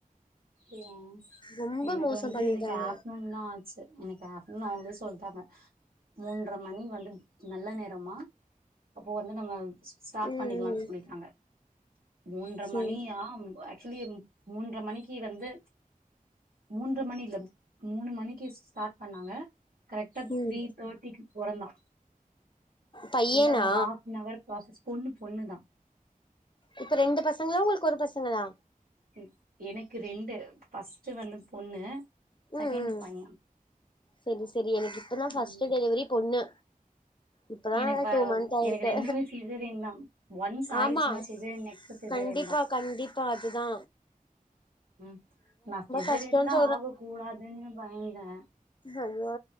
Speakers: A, on the right; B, on the left.
A: அப்டியா
B: ரொம்ப
A: எனக்கு
B: மோசோ
A: வந்து
B: பண்ணிட்டாங்க
A: எனக்கு ஆப்ட்னூன்தா ஆச்சு எனக்கு ஆப்னூன் <unintelligible> சொல்றாங்க மூன்ற மணி வந்து நல்ல நேரமா அப்போ வந்து நம்ம ஸ்டார்ட்
B: ம்
A: பண்ணிக்கலானு
B: ம்
A: சொல்லிட்டாங்க மூன்ற
B: சரி
A: மணியா சிலிம் மூன்ற மணிக்கு க்கி வந்து மூன்ற மணி இல்ல மூணு மணிக்கு ஸ்டார்ட் பண்ணாங்க கரெக்டா
B: ம்
A: த்ரி தேர்டிக்கு பொறந்தா
B: பையனா
A: உள்ள அந்த ஹாஃபனவர் ப்ராசஸ் பொண்ணு பொண்ணுதா
B: இப்ப ரெண்டு பசங்களா உங்ளுக்கு ஒரு பசங்களா
A: ம் எனக்கு ரெண்டு ஃபர்ஸ்ட் வந்து பொண்ணு
B: ம்
A: செகண்டு்
B: ம்
A: பைய
B: செரி செரி எனக்கு இப்ப தா ஃபர்ஸ்ட்டு
A: ம்.
B: டெலிவரி பொண்ணு இப்பதா
A: எனக்கு வ
B: டூ மந்த் ஆயிருக்கு
A: எனக்கு ரெண்டுமே சிசரியேன் தா ஒன்ஸ் ஆயிருச்சுனா
B: ஆமா
A: சிசேரியன் நெக்ஸ்ட் சிசேரியன்
B: கண்டிப்பா
A: தா
B: கண்டிப்பா அது தா
A: ம் நா சிசேரியன்தா
B: கஷ்டோன்னு
A: ஆக கூடாதுனு பயந்தே
B: அய்யோ